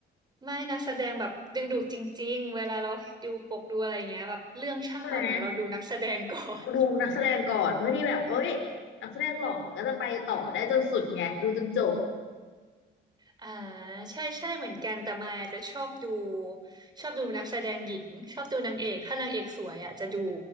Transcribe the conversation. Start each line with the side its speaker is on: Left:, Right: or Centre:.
Right: ไม่นักแสดงแบบดึงดูดจริงๆเวลาเราดูปกดูอะไรอย่างเงี้ยแบบเรื่องช่างมันนะเราดูนักแสดงก่อน
Left: ใช่ไหมดูนักแสดงก่อนเพื่อที่แบบเอ้ยนักแสดงหล่อมันก็จะไปต่อได้จนสุดไงดูจนจบ
Right: <laughs> อ่าใช่ใช่เหมือนกันแต่มายอาจจะชอบดูชอบดูนักแสดงหญิงชอบดูนางเอกถ้านางเอกสวยอ่ะจะดู